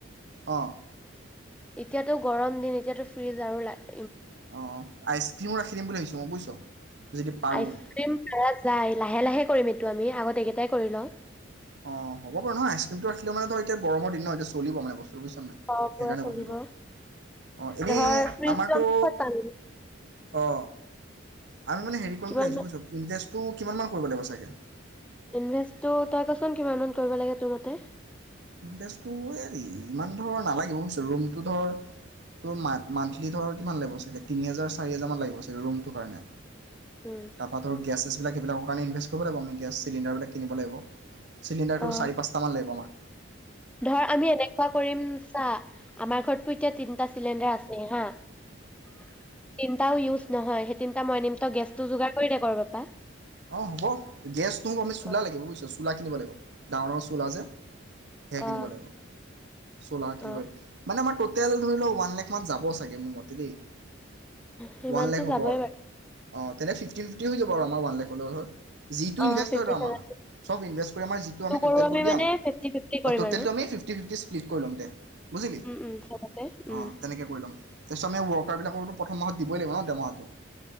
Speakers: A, on the right; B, in the centre.
A: অ।
B: এতিয়াতো গৰম দিন এতিয়াতো ফ্ৰীজ আৰু ওলাই।
A: অ অ, আইচক্ৰীমো ৰাখি দিম বুলি ভাবিছো মই বুজিছ। যদি পাৰোঁ
B: আইচক্ৰীম কৰা যাই লাহে লাহে কৰিম এ এইটো আমি আগত এইকেইটাই কৰি লওঁ।
A: অ হ'ব বাৰু নহয় আইচক্ৰীমটো ৰাখিলে মানে ধৰ এতিয়া গৰমৰ দিন ন এতিয়া চলিব মানে বস্তু ৰুবি শৰ্মা
B: অ পুৰা
A: সেইকাৰণে
B: চলিব
A: কৈছো তোক অ এনে
B: ধৰ ফ্ৰিজটো
A: আমাৰতো
B: আমি ক'ত পাম
A: অ। আমি মানে হেৰি কৰিম
B: কিমান
A: বুলি আহিছো
B: মান
A: বুজিছো ইনভেষ্ট। তোৰ কিমান মান কৰিব লাগিব চাগে
B: ইনভেষ্টটো তই কচোন কিমানমান কৰিব লাগে তোৰ মতে
A: ইনভেষ্টটো হেৰি ইমান ধৰ নালাগিব বুজিছ ৰুমটো ধৰ তোৰ মন্থ মন্থলী ধৰ কিমান লাগিব চাগে তিনি হেজাৰ চাৰি হেজাৰ মান লাগিব চাগে ৰুমটোৰ কাৰণে।
B: উম,
A: তাৰপৰা ধৰ গেছছেছবিলাক সেইবিলাকৰ কাৰণে ইনভেষ্ট কৰ ফালে পাম আমি গেছ চিলিণ্ডাৰবিলাক কিনিব লাগিব। চিলিণ্ডাৰটো
B: অ
A: চাৰি-পাঁচটামান লাগিব আমাৰ।
B: ধৰ আমি এনেকুৱা কৰিম চা আমাৰ ঘৰটোই এতিয়া তিনটা চিলিণ্ডাৰ আছেই হা তিনটা উজ নহয় হুমহ। এ মই নিমতা গেছটো যোগাৰ কৰি তাকৰ পাপা।
A: অ হ'ব গেছ নহ'ব আমি চুলহা
B: অ
A: লাগিব বুজিছ চুলহা কিনিব লাগিব। ডাঙৰ ডাঙৰ চুলহা যে সেয়া
B: অ
A: কিনিব লাগিব চুলহা কিনিব
B: অ
A: লাগিব মানে আমাৰ টটে তেল ধৰি লও ওৱান লাখ মান যাব চাগে মোৰ মতে দেই।
B: সিমানতো
A: ওৱান লাখ হব
B: যাবই
A: আৰু
B: বাৰু
A: অ তেনে ফিফটি ফিফটি হৈ যাব আৰু আমাৰ ওৱান লাখ অ দল হয়। যিটো
B: অ
A: ইনভেষ্ট
B: ফিফটি
A: হয় সেইটো, আমাৰ
B: থাউজেণ্ড
A: চব ইনভেষ্ট কৰি, আমাৰ যিটো আমি
B: কৰো
A: ট'টেলটো উলিয়াম,
B: মানে ফিফটি ফিফটি
A: অ,
B: কৰিম
A: ট'টেলটো
B: আৰু
A: আমি ফিফটি, ফিফটি স্প্লিট কৰি ল'ম দে, বুজিলি
B: উম, উম, চবতে উম,
A: অ, তেনেকে কৰি ল'ম। অসমীয়া ৱৰ্কাৰবিলাকৰতো, প্ৰথম মাহত দিবই, লাগিব ন দৰমহাটো।